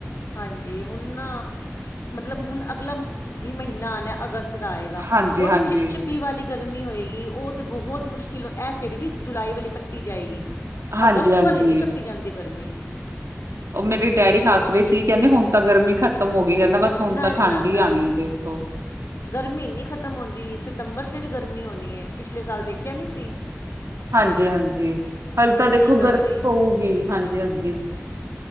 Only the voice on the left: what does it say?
ਹਾਂਜੀ ਹੁਣ ਨਾ ਮਤਲਬ ਹੁਣ ਅਗਲਾ ਵੀ ਮ੍ਹੀਨਾ ਆਣਾ ਅਗਸਤ ਦਾ ਏਗਾ
ਓ
ਵੀ ਚਿਪ-ਚਿਪ ਪੀ ਵਾਲੀ ਗਰਮੀ ਹੋਏਗੀ ਓ ਤੇ ਬੋਤ ਮੁਸ਼ਕਿਲ ਐ ਫਿਰ ਵੀ ਜੁਲਾਈ ਵਾਲੀ ਕੱਟੀ ਜਾਏਗੀ।
ਅਗਸਤ
ਵਲੀ ਨੀ ਕੱਟੀ ਜਾਂਦੀ ਗਰਮੀ
ਨਾ
ਨਾ
ਨਾ
ਹਾਂ।
ਗਰਮੀ ਨੀ ਖ਼ਤਮ ਹੁੰਦੀ ਸਤੰਬਰ 'ਚ ਵੀ ਗਰਮੀ ਹੋਣੀ ਏ ਪਿਛਲੇ ਸਾਲ ਦੇਖਿਆ ਨੀ ਸੀ।
ਇੰਨੀ
ਗਰਮੀ